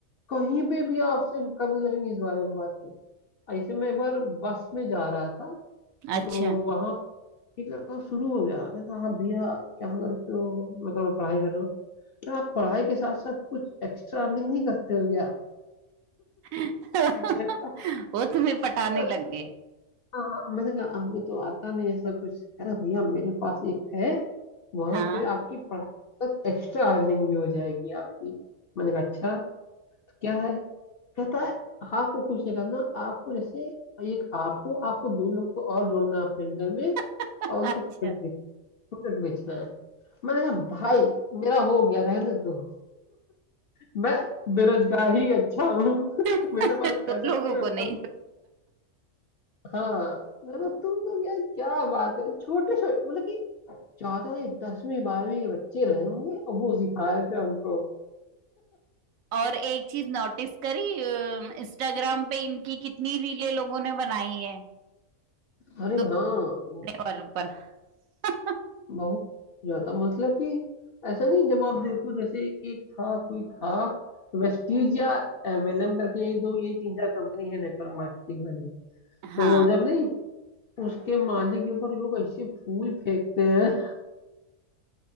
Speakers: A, on the left; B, on the right.
A: कहीं पे भी आपसे करने लगेंगे इस बारे में बात ऐसे मैं एक बार बस में जा रहा था
B: अच्छा
A: तो वहां एक लड़का शुरू हो गया कहता हाँ भैया क्या करते हो मैं कहा, मैं पढ़ाई कर रहा हूँ आप पढ़ाई के साथ साथ कुछ एक्स्ट्रा अर्निंग नहीं करते हो क्या
B: <laughs>
A: कहता
B: वो तुम्हें पटाने
A: है
B: लग गए
A: हाँ मैंने कहा हमें तो आता नहीं ऐसा कुछ कह रहा भैया मेरे पास एक है वहां
B: हाँ
A: पे आपकी पढ़ाई तक एक्स्ट्रा अर्निंग भी हो जाएगी आपकी मैंने कहा अच्छा तो क्या है कहता है "हाँ, आपको कुछ नहीं करना आपको जैसे एक आप हो आपको दो लोग को और जोड़ना है अपने अंडर में
B: <laughs>
A: और
B: अच्छा
A: उनको प्रोडक्ट बेच, प्रोडक्ट बेचना है मैंने कहा भाई मेरा हो गया रहने दो मैं बेरोजगार ही अच्छा हूँ <laughs>
B: <laughs>
A: मेरे पास
B: दो
A: पैसा
B: लोगों
A: नहीं मैं
B: को
A: बहुत
B: नहीं
A: हाँ मतलब तुम लोग यार क्या बात है छोटे छोटे मतलब कि ज्यादा नहीं दसवीं बारहवीं के बच्चे रहे होंगे और वो सिखा रहे थे हमको
B: और एक चीज नोटिस करी इंस्टाग्राम पे इनकी कितनी रीले लोगों ने बनाई है
A: अरे
B: दौड़ने
A: हाँ बहुत
B: वालों पर <laughs>
A: बहुत ज्यादा मतलब कि ऐसा नहीं जब आप देखो जैसे एक था कोई था वेस्टीज या एमएलएम करके यही दो यही तीन चार कंपनी है नेटवर्क मार्केटिंग वाली
B: हाँ
A: तो जब नहीं उसके मालिक के ऊपर लोग ऐसे फूल फेंकते हैं